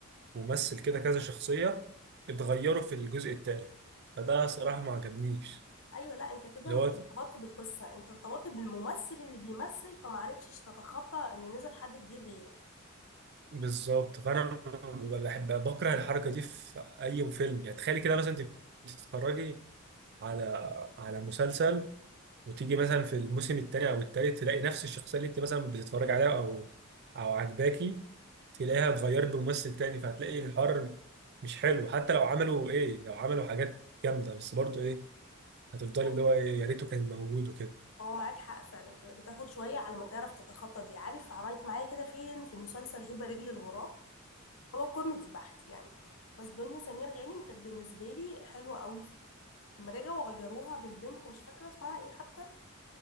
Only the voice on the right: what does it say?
ممثل كده كذا شخصية اتغيروا في الجزء التالت فده صراحة ما عجبنيش
اللي
هو
بالظبط فانا ببقى بحب بكره الحركه دي في اي فيلم يعني تخيلي كده مثلا انت بتتفرجي على على مسلسل وتيجي مثلا في الموسم الثاني او الثالث تلاقي نفس الشخصيه اللي انت مثلا بتتفرجي عليها او او عجباكي تلاقيها اتغيرت بممثل تاني فهتلاقي الحوار مش حلو حتى لو عملوا ايه لو عملوا حاجات جامده بس برضو ايه هتفضلي
اللي هو إيه، يا ريته كان موجود وكده